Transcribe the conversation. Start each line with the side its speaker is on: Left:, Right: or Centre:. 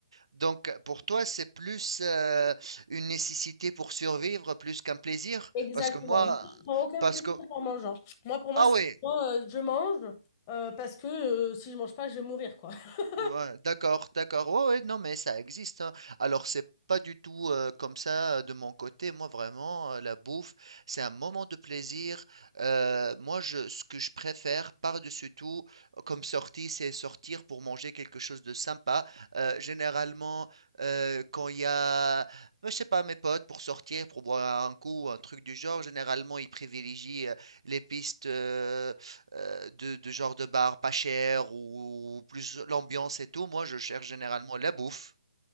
Right: Donc pour toi, c'est plus euh, une nécessité pour survivre plus qu'un plaisir,
Left: Exactement.
Right: parce que moi,
Left: Moi, Je prends aucun
Right: parce
Left: plaisir
Right: que
Left: en mangeant. Moi, pour moi,
Right: ah
Left: c'est
Right: oui,
Left: vraiment, euh, je mange euh, parce que euh, si je mange pas, je vais mourir, quoi. <laughs>
Right: Ouais, d'accord, d'accord. Ouais, ouais, non, mais ça existe. hein. Alors, c'est pas du tout euh, comme ça euh, de mon côté. Moi, vraiment, euh, la bouffe, c'est un moment de plaisir. Euh, moi, je, ce que je préfère par-dessus tout, euh, comme sortie, c'est sortir pour manger quelque chose de sympa. Euh, généralement, euh, quand il y a, bah, je sais pas, mes potes pour sortir, pour boire un coup, un truc du genre, généralement, ils privilégient euh, les pistes. euh, euh, de, de genre de bar pas cher ou, ou plus l'ambiance et tout. Moi, je cherche généralement la bouffe.